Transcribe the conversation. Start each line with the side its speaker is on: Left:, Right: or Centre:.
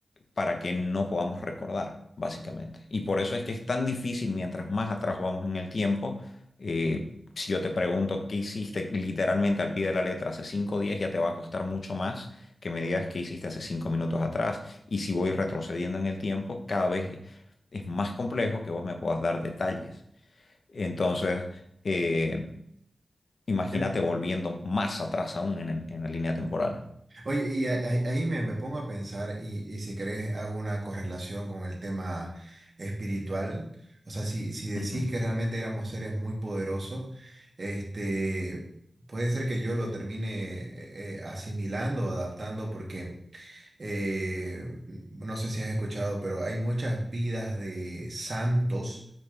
Left: para que no podamos recordar, básicamente. Y por eso es que es tan difícil, mientras más atrás vamos en el tiempo, eh, si yo te pregunto qué hiciste literalmente al pie de la letra hace cinco días, ya te va a costar mucho más que me digas qué hiciste hace cinco minutos atrás. Y si voy retrocediendo en el tiempo, cada vez es más complejo que vos me puedas dar detalles. Entonces, eh, imagínate
Right: Em,
Left: volviendo más atrás aún en, el- en la línea temporal.
Right: Oye, y a- ahí ahí me, me pongo a pensar y, y si querés hago una correlación con el tema espiritual. O sea, si, si decís
Left: Ujú,
Right: que realmente éramos seres muy poderosos, este, puede ser que yo lo termine eh, eh, asimilando, adaptando, porque eh, no sé si has escuchado, pero hay muchas vidas de santos,